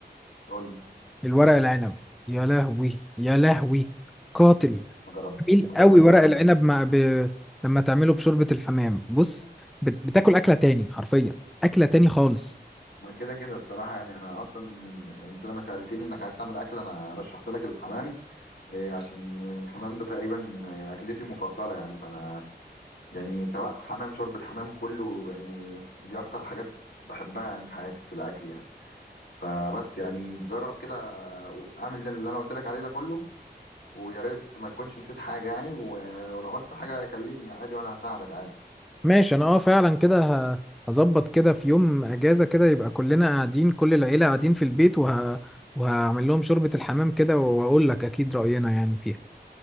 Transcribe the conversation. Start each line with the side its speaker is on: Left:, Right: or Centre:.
Left: قول لي
Centre: الورق العنب يا لهوي يا لهوي قاتل
Left: ما جرب
Centre: جميل
Left: ما
Centre: قوي
Left: جربتهاش
Centre: ورق العنب مع ب... لما تعمله بشوربة الحمام بص بت... بتاكل أكلة تاني حرفيا أكلة تاني خالص
Left: ما كده كده الصراحة يعني أنا أصلا أنت لما سألتني إنك عايز تعمل أكل أنا رشحت لك الحمام إيه، عشان الحمام ده تقريبا أكلتي المفضلة يعني فأنا يعني سواء حمام شوربة حمام كله يعني دي أكتر حاجات بحبها يعني في حياتي في الأكل يعني فبس يعني جرب كده أعمل اللي أنا قلت لك عليه ده كله ويا ريت ما تكونش نسيت حاجة يعني و- ولو عوزت حاجة كلمني عادي وأنا هساعدك عادي
Centre: ماشي أنا أه فعلا كده ه... هظبط كده في يوم أجازة كده يبقى كلنا قاعدين كل العيلة قاعدين في البيت وه... وهعمل لهم شوربة الحمام كده وأقول لك أكيد رأينا يعني فيها